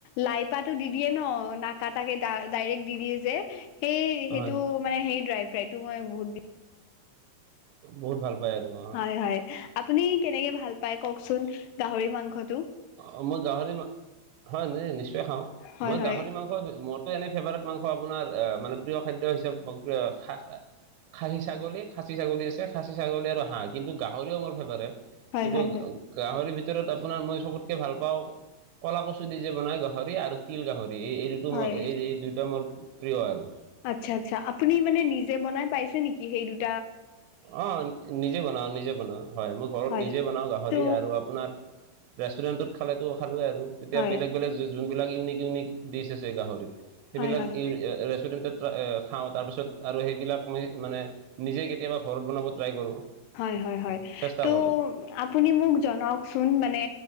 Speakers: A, on the left; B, on the right.
A: লাইপাতটো দি দিয়ে ন নাকাতাকে <unintelligible> ডাইৰেক্ট দি দিয়ে যে। সেই
B: অ
A: সেইটো
B: হয়
A: মানে সেই ড্ৰাই ফ্ৰাইটো মই বহুত <unintelligible>
B: বহুত ভাল পায় আৰু অঁ। <unintelligible>
A: হয়-হয়। আপুনি কেনেকে ভাল পায় কওঁকচোন গাহৰি মাংস? <unintelligible>
B: অ মই গাহৰি মা <unintelligible> হয় নিশ্চয় খাওঁ।
A: হয়
B: মই
A: হয়
B: গাহৰি মাংস <unintelligible> মোৰতো এনেই ফেভাৰেট মাংস আপোনাৰ আহ মানে প্ৰিয় খাদ্য হিচাপে খ <unintelligible> খাচী ছাগলী, খাচী ছাগলী আছে, খাচী ছাগলী আৰু হাঁহ কিন্তু গাহৰিও মোৰ ফেভৰেট। <unintelligible>
A: হয়
B: কিন্তু
A: হয় হয়
B: গাহৰি ভিতৰত আপোনাৰ মই <unintelligible> চবতকে ভাল পাওঁ কলা কচু দি যে বনাই গাহৰি আৰু তিল গাহৰি এই <unintelligible> এইটো
A: হয়
B: মোৰ <unintelligible> এই-এই দুইটা মোৰ প্ৰিয় আৰু।
A: আচ্ছা-আচ্ছা। আপুনি মানে নিজে বনাই পাইছে নেকি সেই দু <unintelligible>
B: অঁ নিজে বনাওঁ, নিজে বনাওঁ হয় মই ঘৰত
A: হয়
B: নিজে বনাওঁ গাহৰি
A: ত'
B: আৰু আপোনাৰ <unintelligible> ৰেষ্টুৰেন্টত খালেতো খালোৱে আৰু তেতিয়া
A: হয়
B: বেলেগ-বেলেগ <unintelligible> যোনবিলাক ইউনিক-ইউনিক ডিচ আছে গাহৰিৰ সেইবিলাক
A: হয় হয়
B: <unintelligible> ৰেষ্টুৰেণ্টত <unintelligible> খাওঁ তাৰপিছত আৰু সেইবিলাক <unintelligible> মই মানে নিজে কেতিয়াবা ঘৰত বনাব ট্ৰাই কৰোঁ।
A: হয়-হয়-হয়।
B: চেষ্টা
A: ত'
B: কৰোঁ
A: <unintelligible> আপুনি মোক জনাওক চোন মানে